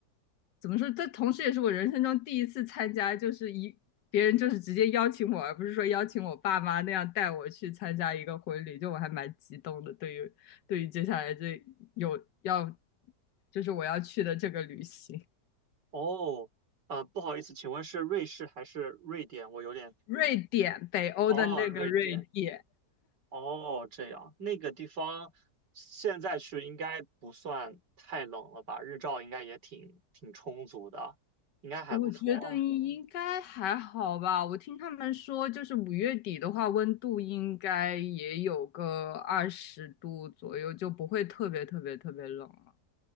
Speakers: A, on the left (about 85°); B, on the right (about 85°).
A: 怎么说？这同时也是我人生中第一次参加，就是一别人就是直接邀请我，而不是说邀请我爸妈那样带我去参加一个婚礼，就我还蛮激动的。对于对于接下来这有要，就是我要去的这个旅行，
B: 哦，呃，不好意思，请问是瑞士还是瑞典？我有点，
A: 瑞典，北欧的那个瑞典。
B: 哦，瑞典。哦，这样，那个地方现在去应该不算太冷了吧？日照应该也挺挺充足的，应该还不错啊。
A: 我觉得应该还好吧。我听他们说，就是五月底的话，温度应该也有个二十度左右，就不会特别特别特别冷。了。